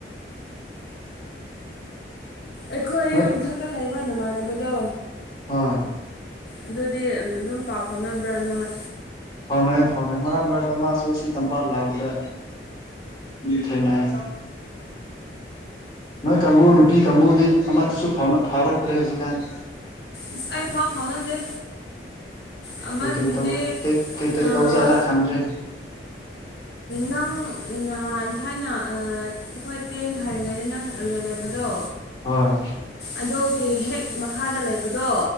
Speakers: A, on the left; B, on the left.
A: ꯑꯩꯈꯣꯏ
B: ꯅꯣꯏ
A: ꯌꯨꯝ ꯃꯊꯛꯇ ꯂꯩꯕ ꯅꯃꯥꯟꯅꯕꯗꯣ
B: ꯍꯣꯏ
A: ꯑꯗꯨꯗꯤ ꯑꯗꯨꯝ ꯄꯥꯎ ꯐꯥꯎꯅꯕ꯭ꯔꯥ ꯅꯣꯏ
B: ꯐꯣꯟꯅꯌꯦ ꯐꯥꯎꯅꯏ ꯃꯔꯛ ꯃꯔꯛꯇ ꯃꯥꯁꯨ ꯁꯤ ꯇꯝꯄꯥꯛ ꯂꯥꯛꯄꯗ ꯊꯅ ꯅꯣꯏ ꯀꯥꯡꯕꯨ ꯅꯨꯄꯤ ꯀꯥꯡꯕꯨꯗꯤ ꯑꯃꯠꯇꯁꯨ ꯐꯥꯎꯔꯛꯇ꯭ꯔꯦ ꯍꯧꯖꯤꯛꯀꯥꯟ
A: ꯏꯁꯁ ꯑꯩ ꯐꯥꯎ ꯐꯥꯎꯅꯗꯦ ꯑꯃꯗꯨꯗꯤ
B: ꯀꯩꯀꯩ ꯇꯧ ꯀꯩꯀꯩ
A: ꯑꯥ
B: ꯇꯧꯖꯂꯥ ꯈꯪꯗ꯭ꯔꯦ
A: ꯅꯪ ꯅꯍꯥꯟ ꯊꯥꯏꯅ ꯑꯩꯈꯣꯏ ꯇꯦꯟ ꯊꯥꯔꯤꯉꯩꯗ ꯅꯪ ꯑꯌꯥ ꯂꯩꯕꯗꯣ
B: ꯍꯣꯏ
A: ꯑꯗꯨꯣꯒꯤ ꯍꯦꯛ ꯃꯈꯥꯗ ꯂꯩꯕꯗꯣ